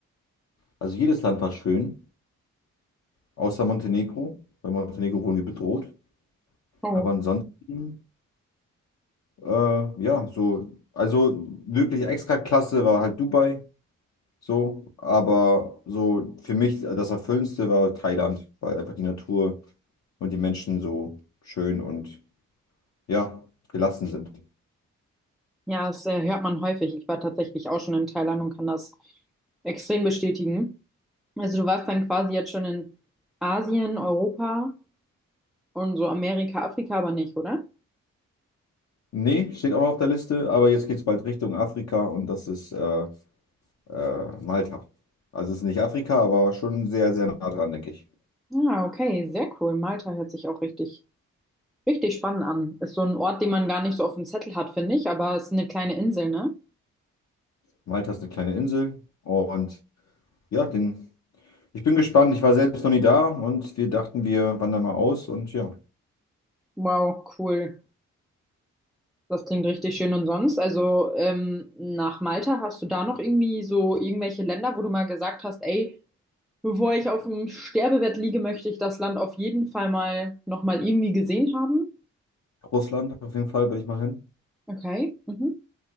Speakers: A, on the left (about 50°); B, in the centre.
A: also jedes Land war schön, außer Montenegro. Bei Montenegro wurden wir bedroht.
B: Oh.
A: Aber ansonsten, äh, ja, so, also wirklich extra klasse war halt Dubai. So, aber so für mich das Erfüllendste war Thailand, weil einfach die Natur und die Menschen so schön und ja, gelassen sind.
B: Ja, das äh, hört man häufig. Ich war tatsächlich auch schon in Thailand und kann das extrem bestätigen. Also du warst dann quasi jetzt schon in Asien, Europa und so Amerika, Afrika aber nicht, oder?
A: Nee, steht auch noch auf der Liste, aber jetzt geht es bald Richtung Afrika und das ist äh, äh, Malta. Also es ist nicht Afrika, aber schon sehr, sehr nah dran, denke ich.
B: Ah, okay, sehr cool. Malta hört sich auch richtig richtig spannend an. Ist so ein Ort, den man gar nicht so auf dem Zettel hat, finde ich, aber es ist eine kleine Insel, ne?
A: Malta ist eine kleine Insel und ja, den, ich bin gespannt. Ich war selbst noch nie da und wir dachten, wir wandern mal aus und ja,
B: Wow, cool. Das klingt richtig schön. Und sonst, also ähm, nach Malta, hast du da noch irgendwie so irgendwelche Länder, wo du mal gesagt hast, ey, bevor ich auf dem Sterbebett liege, möchte ich das Land auf jeden Fall mal nochmal irgendwie gesehen haben?
A: Russland auf jeden Fall will ich mal hin.
B: Okay, mhm,